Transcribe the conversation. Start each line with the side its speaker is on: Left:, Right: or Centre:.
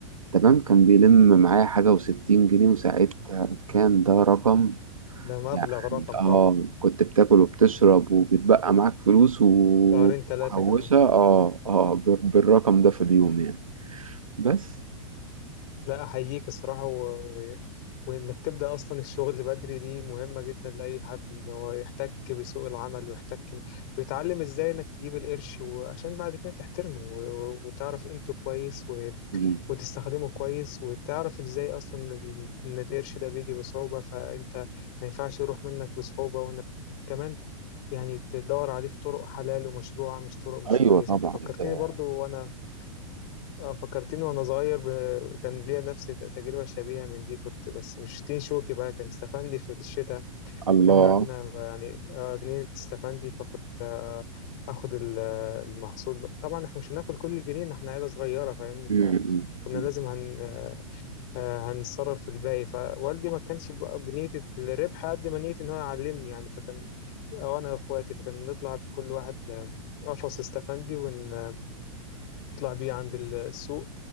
Right: تمام كان بيلم معايا حاجة وستين جنيه وساعتها كان ده رقم
Left: ده مبلغ
Right: يعني
Left: رقم
Right: اه
Left: طبعا
Right: كنت بتاكل وبتشرب وبتبقى معاك فلوس ومحوشة
Left: شهرين ثلاثة كمان
Right: اه اه بال- بالرقم ده في اليوم يعني بس
Left: لا احييك الصراحة و... و... وانك تبدأ اصلا الشغل بدري دي مهمة جدا لأي حد ان هو يحتك بسوق العمل ويحتك ويتعلم ازاي انك تجيب القرش وعشان بعد كده تحترمه و... وتعرف قيمته كويس و...
Right: مم.
Left: وتستخدمه كويس وتعرف ازاي اصلا ان ال- إن القرش ده بيجي بصعوبة فانت ما ينفعش يروح منك بصعوبة وانك كمان يعني تدور عليه في طرق حلال ومشروعة مش طرق مش
Right: ايوه
Left: كويسة
Right: طبعا
Left: انت فكرتني
Right: ده
Left: برضو وانا آه، فكرتني وانا صغير ب... كان ليا نفس تجربة شبيهة من دي كنت بس مش تين شوكي بقى كان استفندي في الشتاء
Right: الله
Left: كنا احنا عندنا يعني آه، جنينة استفندي فكنت آه، اخد ال- المحصول بقى. طبعا احنا مش هناكل كل الجنين احنا عيلة صغيرة فاهمني فكنا
Right: مم. مم.
Left: لازم هن آه، هنتصرف في الباقي فوالدي ما كانش بقى بنية الربح قد ما نية إن هو يعلمني يعني فكان أو أنا وإخواتي فكان نطلع بكل واحد آه، قفص استفندي ونطلع بيه عند ال- السوق